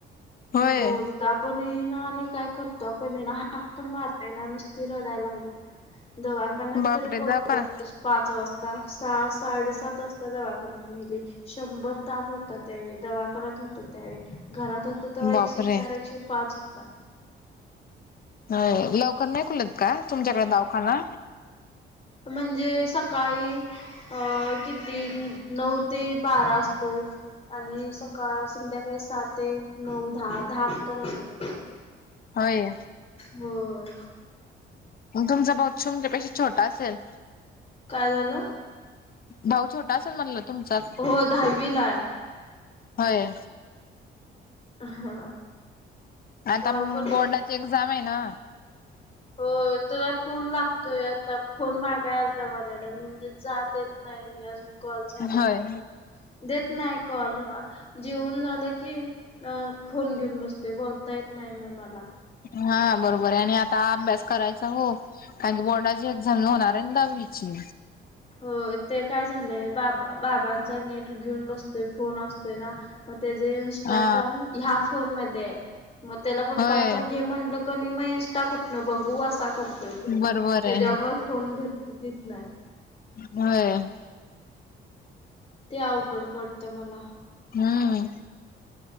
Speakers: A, on the left (about 50°); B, on the left (about 30°).
A: होय
B: बोल. उठता पण येईना आणि काय करता पण ईना हाक पण मारता ईना नुसती रडायला लागल्या. दवाखान्यात
A: बापरे
B: तरी कोण
A: दवाखाना
B: तर पाहिजे. पाच वाजता सहा साडेसात वाजता दवाखान्यात नेली. शंभर ताप होता त्यावेळी दवाखान्यात होतो त्यावेळी घरात होतो. तवा
A: बापरे
B: एकशे चार एकशे पाच होता.
A: नाही लवकर नाही खुलत का तुमच्याकडे दावाखाना.
B: म्हणजे सकाळी. अ, किती नऊ ते बारा असतो. आणि सकाळ संध्याकाळी सहा ते नऊ दहा पतुर असते.
A: होय.
B: होय.
A: ग तुमचा भाऊ तुमच्या पेक्षा छोटा असेल.
B: काय झालं.
A: भाऊ छोटा असेल म्हणला तुमचा
B: हो दहावीला आहे.
A: हय.
B: हा,
A: आता
B: भाऊ
A: मग
B: पण
A: बोर्डाची एक्झाम आहे ना.
B: हो, तुला फोन लागतोय आता. फोन मागायलता माझ्याला म्हणजे जा देत नाही मी अजून कॉल चालुय
A: होय
B: माझा. देत नाही. कॉल, जेवन झालं की, अ फोन घेऊन बसतोय बोलता येत नाही. मग मला
A: हा बरोबर आहे, आणि आ आ, अभ्यास करायचा हो कारण की बोर्डाची एक्झाम होणार आहे ना दहावीची?
B: हो ते काय झालंय, बा बाबांचा नेट घेऊन बसतोय फोन असतो. मग त्या
A: हा
B: ग्राम ह्या फोन मध्येय म त्याला पप्पाचा
A: होय
B: घे म्हटल. कधी, मग इंस्टा कुठनं बघू असा करतोय. तो
A: बरोबर
B: त्याच्यामुळे
A: आहे
B: फोन घेत देत नाही?
A: होय, !
B: ते, अवघड पडतं मला
A: हम्म,